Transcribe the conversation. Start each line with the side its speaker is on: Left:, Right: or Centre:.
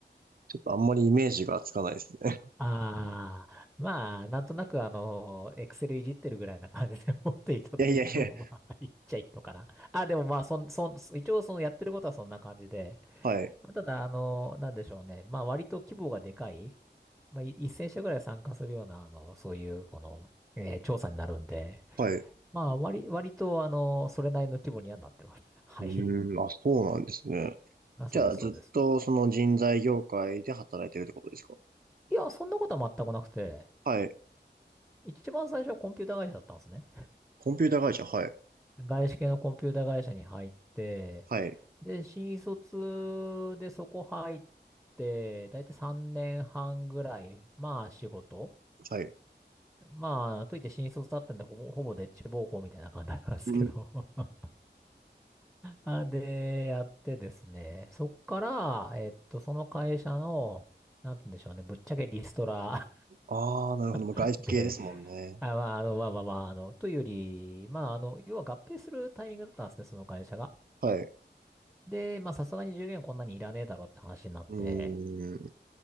Right: ちょっとあんまりイメージがつかないですね。
Centre: ああ、まあ、なんとなく、あの、エクセルいじってるぐらいな感じで思っていただいても、
Right: <laughs> いやいやいや。あ
Centre: まあ、いっちゃいいのかな。あ、でもまあ、そん、そん、一応、その、やってることはそんな感じで、
Right: うーはい、
Centre: まあただ、あの、なんでしょうね。まあ、割と規模がでかい、まあ、い1000社ぐらい参加するような、あの、そういう、この、えー調査になるんで、
Right: はい。
Centre: まあ、割、割と、あの、それなりの規模にはなってます。<laughs> はい。
Right: うーん、あ、そうなんですね。
Centre: <laughs> あ、そうです、
Right: じゃあ、ずっとその人材業界で働いてるってことですか
Centre: そうです。いや、そんなことは全くなくて、
Right: はい。
Centre: 一番最初はコンピュータ会社だったんですね。
Right: コンピューター会社、はい、
Centre: 外資系のコンピュータ会社に入って、
Right: はい、
Centre: で、新卒でそこ入って、だいたい3年半ぐらい、まあ、仕事。
Right: はい。
Centre: まあ、といって新卒だったんで、ほぼ、ほぼでっち奉公みたいな感じなんですけど。
Right: うん。
Centre: <laughs> あで、やってですね、そっから、えっと、その会社の、なんて言うんでしょうね、ぶっちゃけリストラ
Right: ああ、なるほど。もう外資系ですもんね。
Centre: <laughs> で、あ、まあ、あの、まあまあまあ、あの、というより、まあ、あの、要は合併するタイミングだったんですね、その会社が。
Right: はい。
Centre: で、まあ、さすがに従業員こんなにいらねえだろって話になって、
Right: うーん。